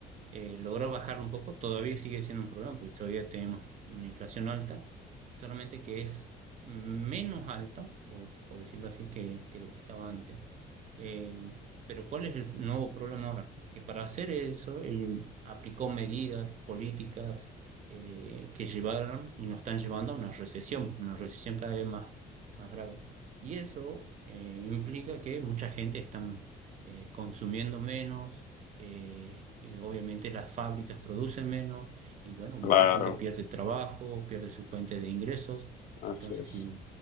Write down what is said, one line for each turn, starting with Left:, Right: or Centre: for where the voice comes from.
Right: eh, logró bajar un poco, todavía sigue siendo un problema porque todavía tenemos una inflación alta, solamente que es menos alta, o por decirlo así, que, que lo que estaba antes. Eh, pero ¿cuál es el nuevo problema ahora? Que para hacer eso, él aplicó medidas políticas eh, que llevaron y nos están llevando a una recesión, una recesión cada vez más, más grave. Y eso eh, implica que mucha gente está eh, consumiendo menos, eh, eh, obviamente las fábricas producen menos y bueno,
Left: Claro,
Right: mucha gente pierde el trabajo, pierde su fuente de ingresos.
Left: así
Right: Entonces,
Left: es.
Right: si,